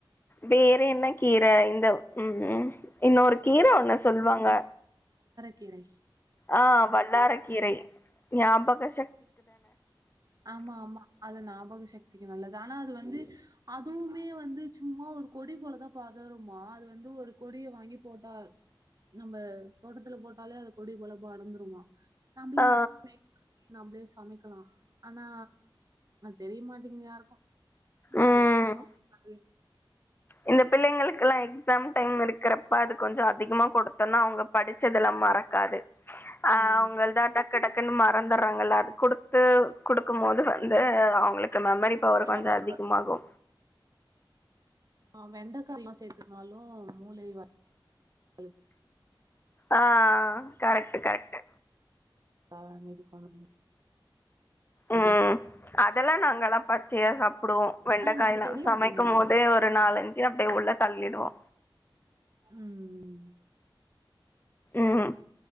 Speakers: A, on the left; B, on the right.
A: வேற என்ன கீர இந்த உ உ இன்னொரு கீர ஒண்ணு சொல்லுவாங்க
B: கீரை
A: ஆ வல்லாரக்கீரை ஞாபகஸ்
B: ஆமா ஆமா அது ஞாபக சக் சக்திக்கு நல்லது ஆனா அது வந்து அதுவுமே வந்து சும்மா ஒரு கொடி போலதா பதருமா அது வந்து ஒரு கொடிய வாங்கி போட்டா நம்ம தோட்டத்துல போட்டாலே அதை கொடி போல படர்ந்துருமா நம்ளே
A: ஆ
B: அது <inaudible> நம்ளே சமைக்கலா ஆனா தெரியமாட்டேங்கது யாருக்கு
A: ம்
B: டைப் பண்லாணு சொ <unintelligible>
A: இந்த பிள்ளைங்களுக்கெல்லா எக்ஸாம் டைம் இருக்கிறப்ப அது கொஞ்சோ அதிகமா கொடுத்தோம்னா அவுங்க படிச்சதெல்லா மறக்காது அ
B: ஆமா.
A: உங்களதா அட்டக் கிடக்குன்னு மறந்துறாங்க அது குடுத்து குடுக்கும்போது வந்து அவுங்களுக்கு மெமரி பவர்
B: இந்த
A: தா கொஞ்ச
B: மெமரி
A: அதிகமாகு
B: ஆ வெண்டைக்காய எல்லா சேர்த்துந்நாலு மூளை வளருது
A: ஆ கரெக்ட்டு கரெக்ட்டு
B: த நெரிக் குழம்பு
A: உம் அதெல்லா நாங்கல்லா பச்சையா சாப்டுவோ வெண்டக்காய
B: ஆனா நமக்கு
A: எல்லா
B: தெரிய
A: சமைக்கு
B: மாட்டேங்குது.
A: போதே ஒரு நாலஞ்சு அப்டியே உள்ள தள்ளிடுவோ
B: உம்ம்ம்
A: உம்